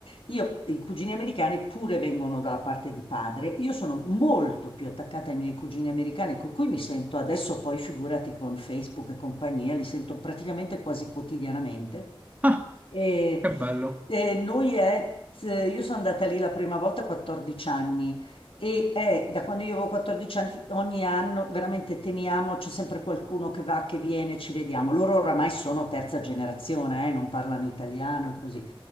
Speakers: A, on the left; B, on the right.
A: Io, i cugini americani pure vengono dalla parte di padre. Io sono molto più attaccata ai miei cugini americani, con cui mi sento adesso, poi figurati con Facebook e compagnia, li sento praticamente quasi quotidianamente.
B: Ah,
A: E,
B: che bello.
A: e noi è, eh, io sono andata lì la prima volta a 14 anni e è da quando io avevo 14 anni, ogni anno veramente teniamo, c'è sempre qualcuno che va, che viene, ci vediamo. Loro oramai sono terza generazione, eh, non parlano italiano e così.